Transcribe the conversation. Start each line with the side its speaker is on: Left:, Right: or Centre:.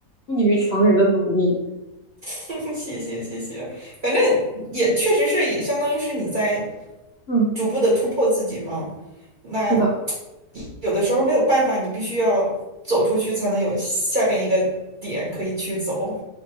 Left: 异于常人的努力。
Right: <laughs> 谢谢谢谢。反正也确实是也相当于是你在
Left: 嗯，
Right: 逐步的突破自己嘛。那
Left: 是的。
Right: 有的时候没有办法，你必须要走出去才能有下边一个点可以去走。